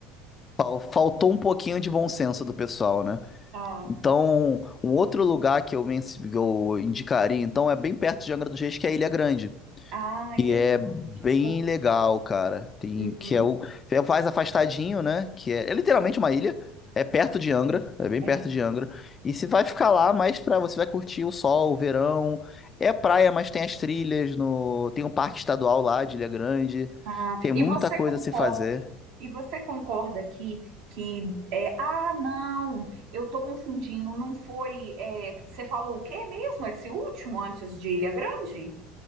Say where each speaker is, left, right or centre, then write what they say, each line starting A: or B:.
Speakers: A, on the left (about 25°); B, on the right (about 65°).
A: fal- faltou um pouquinho de bom senso do pessoal, né?
B: Ah,
A: Então, um outro lugar que eu, men- que eu indicaria, então, é bem perto de Angra dos Reis, que é Ilha Grande.
B: ah,
A: Que
B: legal,
A: é bem
B: gente, bom.
A: legal, cara. Tem,
B: Uhum.
A: que é o é mais afastadinho, né? Que é, é literalmente uma ilha. É perto de Angra, é bem
B: Aham.
A: perto de Angra. E você vai ficar lá, mas pra você vai curtir o sol, o verão. É praia, mas tem as trilhas no, tem um parque estadual lá de Ilha Grande.
B: Ah,
A: Tem muita
B: e você
A: coisa
B: concorda?
A: a se fazer.
B: E você concorda que que é, ah, não, eu tô confundindo, não foi, é, você falou o quê mesmo, esse último antes de Ilha Grande?